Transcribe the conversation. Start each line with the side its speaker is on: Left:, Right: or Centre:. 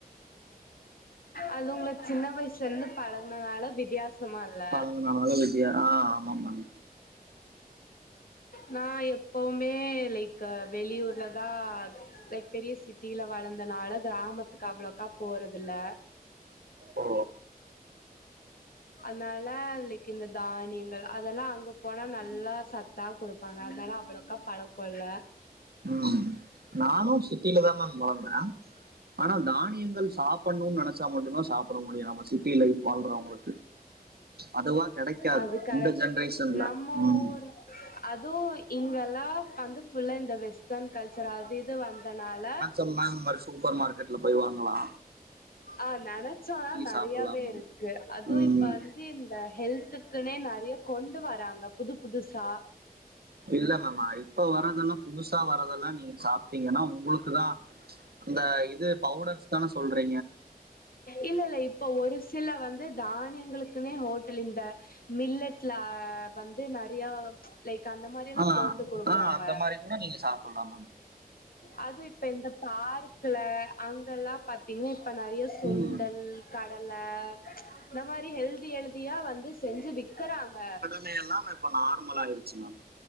Left: அது உங்ளக் சின்ன வய்சுலேந்து பழகுனனால வித்யாசமா இல்ல
Right: ம் அதனால வித்தியா ஆ ஆமா மேம்
Left: நா எப்பவுமே லைக் வெளியூர்ல தா லைக் பெரிய சிட்டில வளர்ந்தனால கிராமத்துக்கு அவுளோக்கா போறதுல்ல
Right: ஓ
Left: அத்னால லைக் இந்த தானியங்கள் அதல்லா அங்க போனா நல்லா சத்தா குடுப்ப ப்பாங்க அதால அவ்வுளோக்கா பழக்கோல்ல
Right: ம் நானு சிட்டில தா மேம்‌ வளந்த ஆனா தானியங்கள் சாப்பட்ணு நெனச்சா மட்டுந்தா சாப்பட முடியு நம்ம சிட்டி லைப் வாழ்றவ் அதுவா கெடக்காது
Left: அது கரெக்ட்
Right: இந்த ஜென்ரேஷன்ல
Left: நம்ம
Right: ம்
Left: ஊரு அதுவு இங்கல்லா வந்து full and the western culture அது இது வந்தனால
Right: ஒ மேம் <unintelligible> சூப்பர் மார்க்கட்ல போய் வாங்களலா
Left: அ நனச்சோன்னா நறையாவே
Right: சாப்பட்லா மேம்
Left: இருக்கு அதுவு
Right: ம்
Left: இப்ப வந் து இந்த ஹெல்த்துக்குனே நறிய கொண்டு வராங்க புது புதுசா
Right: இல்ல மேம் அ இப்ப வரதெல்லா புதுசா வரதெல்லா நீங்க சாப் டிங்கன்னா உங்குளுக்குதா அந்த இது பவுடர்ஸ் தான சொல்றே
Left: இல்ல இல்ல இப்ப ஒரு சில வந்து தானியங்களுக்குனே ஹோட்டல் இந்த மில்லட்ல வந்து நறியா லைக் அந்த மாரி எல்லா
Right: ஆ
Left: போட்டு குடுக்குறாங்க
Right: ஆ அந்த மாரி கூட நீங்க சாப்புட்லாமா
Left: அதுவு இப்ப இந்த பார்க்குல அங்கல்லா பாத்தீங்னா இப்ப நறிய சுண்டல்
Right: ம்
Left: கடல இந்த மாரி ஹெல்தி ஹெல்தியா வந்து செஞ்சு விக்கறாங்க
Right: லே எல்லா இப்ப நார்மல் ஆயிருச்சு மேம்